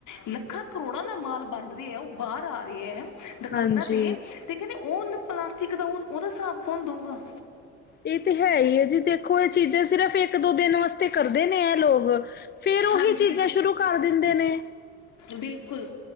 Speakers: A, on the left; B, on the left.
A: ਲੱਖਾਂ ਕਰੋੜਾਂ ਦਾ ਮਾਲ ਬਣ ਰਿਹਾ ਏ, ਉਹ ਬਾਹਰ ਆ ਰਿਹਾ ਐ। ਦੁਕਾਨਾਂ
B: ਹਾਂਜੀ
A: ਤੇ, ਤੇ ਕਹਿੰਦੇ ਪਲਾਸਟਿਕ ਉਹ ਉਹਦਾ ਹਿਸਾਬ ਕੌਣ ਦਊਗਾ?
B: ਇਹ ਤੇ ਹੈ ਹੀ ਹੈ ਜੀ ਦੇਖੋ ਇਹ ਚੀਜ਼ਾਂ ਸਿਰਫ ਇੱਕ ਦੋ ਦਿਨ ਵਾਸਤੇ ਤੇ ਕਰਦੇ ਇਹ ਲੋਕ, ਫੇਰ ਉਹੀ
A: ਹਾਂਜੀ
B: ਚੀਜ਼ਾਂ ਸ਼ੁਰੂ ਕਰ ਦਿੰਦੇ ਨੇ।
A: ਬਿਲਕੁਲ,